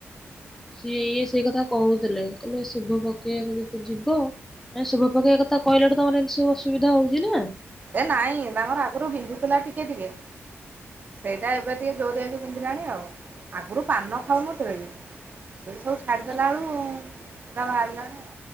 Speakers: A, in the centre; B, on the right.
A: ସିଏ ଇଏ ସେଇ କଥା କହୁଥିଲେ କହିଲେ ଶୁଭ ପକେଇବାକୁ ଯେତୁ ଯିବ ଏ ଶୁଭ ପକେୟା କଥା କହିଲାଠୁ ତମର ଏମତି ସବୁ ଅସୁବିଧା ହଉଚି ନା।
B: ଏ ନାଇଁ ତାଙ୍କର ଆଗରୁ ବିନ୍ଧୁଥିଲା ଟିକେ-ଟିକେ ସେଇଟା ଏବେ ଟିକେ ଜୋରିଆକି ବିନ୍ଧିଲାଣି ଆଉ, ଆଗୁରୁ ପାନ ଖାଉନଥିଲେ କି। ସେଇ ସବୁ ଛାଡିଦେଲା
A: ପାନ
B: ବେଳୁ ସେଟା ବାହାରିଲାଣି ଆଉ।